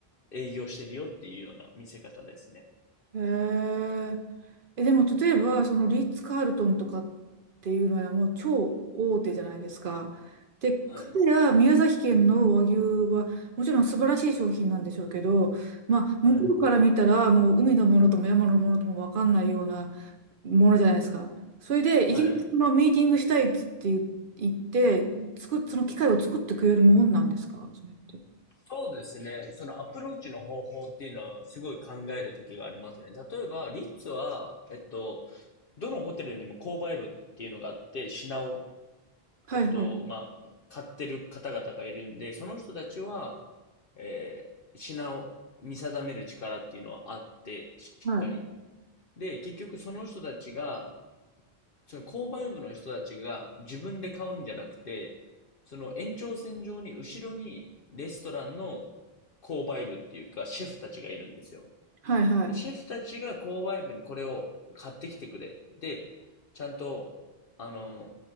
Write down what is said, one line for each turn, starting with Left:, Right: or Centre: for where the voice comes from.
Left: 営業してるよっていうような見せ方ですね。
Right: へえ。え、でも例えば、そのリッツ・カールトンとかっていうのはもう超大手じゃないですか。で、かたや宮崎県の和牛はもちろん素晴らしい商品なんでしょうけど、
Left: はい。
Right: まあ、向こうから見たらもう海のものとも山のものとも分かんないような
Left: はい。
Right: ものじゃないですか。それで、
Left: はい。
Right: いきなりそのミーティングしたいっつって言言って、つく、その機会を作ってくれるもんなんですかそれって。
Left: そうですね。そのアプローチの方法っていうのはすごい考える時がありますね。例えば、リッツは、えっと、どのホテルにも購買部っていうのがあって、品を、
Right: はいはい。
Left: えっと、まあ、買ってる方々がいるんで、その人たちは、えー、品を見定める力っていうのはあって、しっかり。
Right: はい。
Left: で、結局その人たちが、その購買部の人たちが自分で買うんじゃなくて、その延長線上に後ろにレストランの購買部っていうかシェフたちがいるんですよ。
Right: はいはい。
Left: で、シェフたちが購買部にこれを買ってきてくれ。で、ちゃんと、あの、